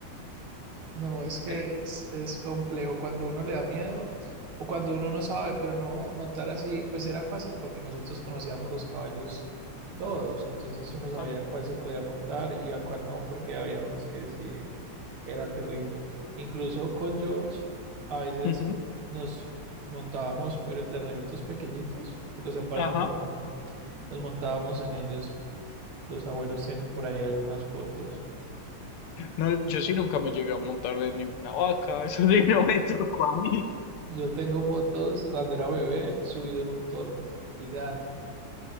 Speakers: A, on the right; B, on the left.
A: no, es que
B: Eh,
A: es, es complejo cuando uno le da miedo o cuando uno no sabe, pero no, montar así, pues era fácil porque nosotros conocíamos los caballos todos, entonces uno sabía
B: ah,
A: cuál se podía montar y a cuál no, porque había unos que sí era terrible. Incluso con George, a veces
B: ujú,
A: nos montábamos, pero en terneritos pequeñitos, que los separaban
B: Ajá.
A: de la mamá, nos montábamos en ellos. Los abuelos tienen por ahí algunas fotos.
B: No, yo sí nunca me llegué a montar de ninguna vaca, <laughs> eso sí no me tocó a mí.
A: Yo tengo fotos cuando era bebé subido en un toro gigante.